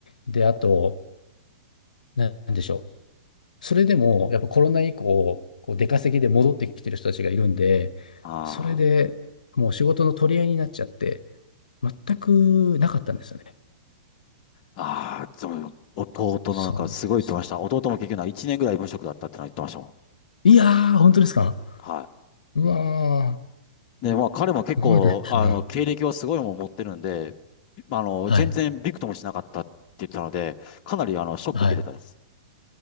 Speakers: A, on the left (about 75°); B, on the left (about 40°).
A: で、あと、ななんでしょう。それでも、やっぱコロナ以降、こう出稼ぎで戻ってきてる人たちがいるんで、
B: あ
A: それでもう仕事の取り合いになっちゃって、全くなかったんですよね。
B: あ。ああ、そう、弟のなんかすごい言ってました。
A: そうなんです。
B: 弟も結局な1年ぐらい無職だったってのは言ってましたも
A: いやー、本当ですか
B: ん。は
A: うわ
B: い。で、まあ彼も結構、
A: ー、すごいですね。
B: あの、経歴はすごいもん持ってるんで、あの、
A: はい。
B: 全然びくともしなかったって言ってたので、かなりあの、ショック受けてたんです。
A: はい。